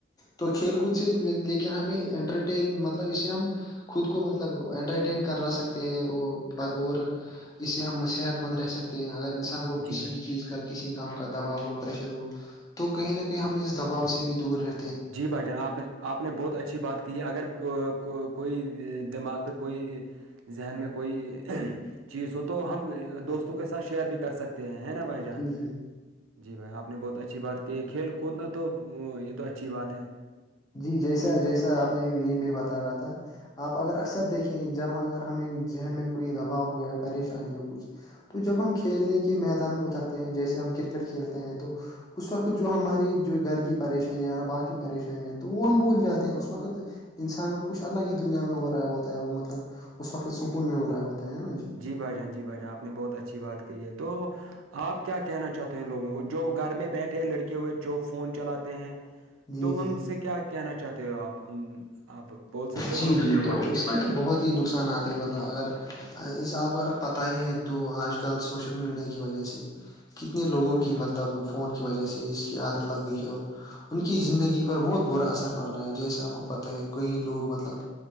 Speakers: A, on the left; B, on the right.
A: تو کھیل کود سے لیکن ہمیں انٹرٹین مطلب اسے ہم خود کو مطلب انٹرٹین کر رہا سکتے ہیں وہ اور اس سے ہم صحت مند رہہ سکتے ہیں اگر انسان کو کسی
B: جی بھائی
A: چیز کا کسی کام کا دباؤ ہو پرریشر ہو تو کہیں نہ کہیں ہمیں اس دباؤ سے بھی دور ہے
B: جی بھائی جان آپ نے آپ نے بہت اچھی بات کی ہے اگر کوئی دماغ
A: جی
B: پہ کوئی ذہن میں کوئی چیز ہو تو ہم دوستوں
A: ہاں جی
B: کے ساتھ شیئر بھی کر سکتے ہیں ہے نا بھائی جان
A: جی جی
B: جی بھائی آپ نے بہت اچھی بات کی ہے کھیل کودنا تو یہ تو اچھی بات ہے
A: جی جیسا جیسا آپ نے یہ میں بتا رہا تھا آپ اگر اکثر دیکھیں جب اگر ہمیں ذہن میں کوئی دباؤ ہو یا پریشانی ہو کچھ تو جب ہم کھیلنے کے میدان میں اترتے ہیں جیسے ہم کرکٹ کھیلتے ہیں تو اس وقت جو ہماری جو گھر کی پریشانیاں باقی پریشانیاں تو وہ ہم بھول جاتے ہیں اس وقت انسان کچھ الگ ہی دنیا میں ہو رہا ہے ہوتا ہے وہ مطلب اس وقت سکون میں ہو رہا ہوتا ہے نا جی
B: جی بھائی جان جی بھائی جان آپ نے بہت اچھی بات کہ ہے تو آپ کیا کہنا چاہتے ہیں لوگوں کو جو گھر میں بیٹھے لڑکے ہوئے جو فون چلاتے ہیں
A: جی
B: تو ان
A: جی
B: سے کیا کہنا چاہتے ہو آپ آپ بول سکتے ہو
A: جی
B: کچھ ان
A: جی
B: کے
A: تو
B: بارے میں
A: اس کے تو بہت ہی نقصانات مطلب اگر اس آپ کو اگر پتہ ہی ہے دو آج کل سوشل میڈیا کی وجہ سے کتنے لوگوں کی مطلب فون کی وجہ سے اس کی عادت لگ گئی ہے اور ان کی زندگی پر بہت برا اثر پڑ رہا ہے جیسے آپ کو پتہ ہے کہئی لوگ مطلب